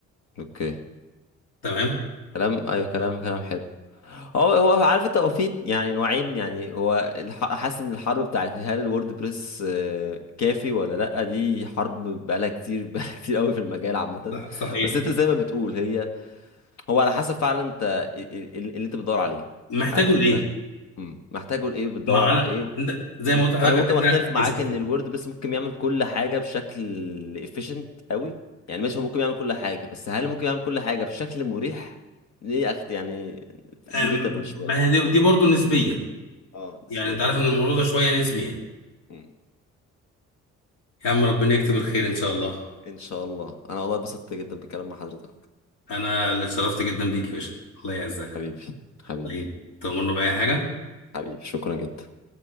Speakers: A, on the left; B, on the left.
A: اوكي
B: تمام
A: كلام ايوه كلام كلام حلو هو هو عارف انت هو في يعني نوعين يعني هو الح- حاسس ان الحرب بتاعت هل الووردبريس آه، كافي ولا لا دي حرب بقالها كتير <laughs> بقالها كتير قوي في المجال عامة
B: صح صحيح
A: بس انت زي ما بتقول هي هو على حسب فعلا انت ال- ال- اللي انت بتدور عليه
B: محتاجه
A: عارف
B: لايه
A: انت مم. محتاجه لايه بتدور
B: ما
A: على
B: انا
A: ايه
B: انت زي
A: و...
B: ما قلت لحضرتك
A: انا ممكن
B: ان
A: اختلف
B: احنا
A: معاك
B: اساسي
A: ان الوورد بس ممكن يعمل كل حاجه بشكل efficient قوي يعني ماشي هو ممكن يعمل كل حاجه بس هل ممكن يعمل كل حاجه بشكل مريح دي أكت... يعني
B: أم،
A: debatable شويه
B: ما هي دي, دي برضه نسبيه
A: اه بالنسبه
B: يعني انت
A: لي
B: عارف ان الموضوع ده شويه نسبي يعني
A: مم.
B: يا عم ربنا يكتب الخير ان شاء الله
A: ان شاء الله انا والله اتبسطت جدا بالكلام مع حضرتك
B: انا اللي اتشرفت جدا بيك يا باشا الله يعزك
A: حبيبي حبيبي
B: طيب تؤمرنا باي حاجه
A: حبيبي شكرا جدا